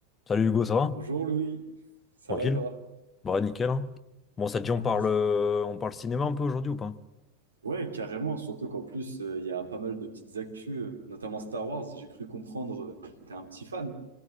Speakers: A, on the left (about 25°); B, on the right (about 85°).
A: Salut Hugo, ça va?
B: Bonjour Louis, ça
A: Tranquille?
B: va et toi?
A: Bah nickel hein. Bon ça te dit on
B: Ça
A: parle
B: va, ça
A: euh,
B: va.
A: on parle cinéma un peu aujourd'hui ou pas?
B: Ouais, carrément, surtout qu'en plus, euh, il y a pas mal de petites actus, euh, notamment Star Wars, j'ai cru comprendre euh, que t'es un petit fan.